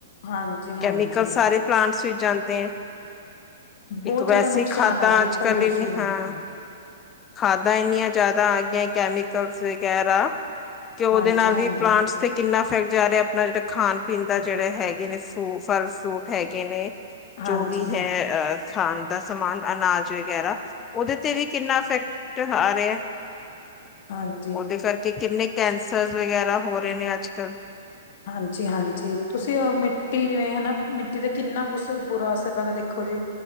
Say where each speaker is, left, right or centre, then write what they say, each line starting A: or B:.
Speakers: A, on the left; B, on the left.
A: ਹਾਂਜੀ ਹਾਂਜੀ
B: ਕੈਮੀਕਲ ਸਾਰੇ ਪਲਾਂਟਸ ਵਿੱਚ ਜਾਂਦੇ ਐਂ।
A: ਬਹੁਤ
B: ਇੱਕ
A: ਜ਼ਿਆਦਾ
B: ਵੈਸੇ
A: ਨੁਕਸਾਨ
B: ਖਾਦਾ
A: ਹੈ ਜੀ
B: ਅੱਜ-ਕੱਲ
A: ਪੋਲਿਊਸ਼ਨ
B: ਇਨੀ, ਹਾਂ
A: ਦਾ।
B: ਖਾਦਾਂ ਇੰਨੀਆਂ ਜਿਆਦਾ ਆ ਗਈਆਂ। ਕੈਮੀਕਲਸ ਵਗੈਰਾ ਤੇ ਉਹਦੇ
A: ਹਾਂਜੀ-ਹਾਂਜੀ,
B: ਨਾਲ ਵੀ ਪਲਾਂਟਸ ਤੇ ਕਿੰਨਾ। ਜਾ ਰਿਹਾ ਆਪਣਾ ਜਿਹੜਾ ਖਾਣ ਪੀਣ ਦਾ ਜਿਹੜੇ ਹੈਗੇ ਨੇ ਫਲ ਫਰੂਟ ਹੈਗੇ ਨੇ।
A: ਹਾਂਜੀ
B: ਜੋ ਵੀ ਹੈ ਅ ਖਾਂ। ਦਾ ਸਮਾਨ ਅਨਾਜ ਵਗੈਰਾ ਉਹਦੇ ਤੇ ਵੀ ਕਿੰਨਾ ਇਫੈਕਟ ਆ ਰਿਹਾ।
A: ਹਾਂਜੀ।
B: ਉਹਦੇ ਕਰਕੇ ਕਿੰਨੇ ਕੈਂਸਰਜ਼ ਵਗੈਰਾ ਹੋ ਰਹੇ ਨੇ ਅੱਜ ਕੱਲ੍ਹ।
A: ਹਾਂਜੀ ਹਾਂਜੀ ਤੁਸੀਂ ਮਿੱਟੀ ਜਿਵੇਂ ਹਨਾ ਮਿੱਟੀ ਦੇ ਕਿੰਨਾ ਬੁਸ ਬੁਰਾ ਅਸਰ ਪੈਂਦਾ ਦੇਖੋ ਜੀ